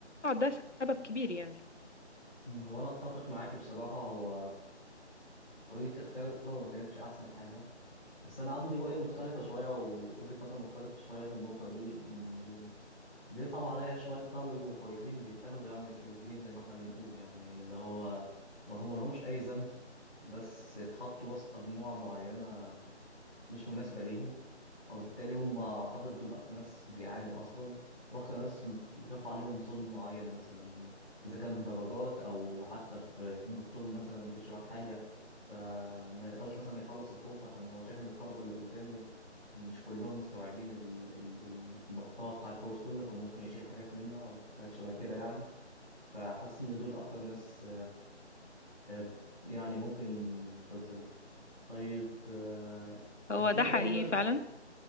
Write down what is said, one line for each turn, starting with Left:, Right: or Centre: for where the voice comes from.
Left: ده سبب كبير يعني
Centre: مم، هو انا اتفق معاك بصراحه هو طريقه اختيار الطلبه ما كانتش احسن حاجه بس انا عندي رؤيه مختلفه شويه ووجهه نظر مختلفه شويه في النقطه دي ان بيصعب عليا شويه طلبه بيبقوا كويسين بيتاخدوا يعني في رجلين زي ما احنا بنقول يعني اللي هو ما هم لهمش اي ذنب بس اتحطوا وسط مجموعه معينه مش مناسبه ليهم وبالتالي هم اعتقد دول اكتر ناس بيعانوا اصلا واكتر ناس بيقع عليهم ظلم معين مثلا اذا كان في درجات او حتى في في الدكتور مثلا بيشرح حاجه ما يقدرش مثلا يخلص الكورس عشان هو شايف ان الطلبه اللي قدامه مش كلهم مستوعبين ال- ال- ال- المحتوى بتاع الكورس كله فممكن يشيل حاجات منه او حاجات شبه كده يعني فحاسس ان دول اكتر ناس آه، يعني ممكن تتظلم طيب آه،
Left: هو
Centre: كان في
Left: ده
Centre: تقريبا
Left: حقيقي فعلا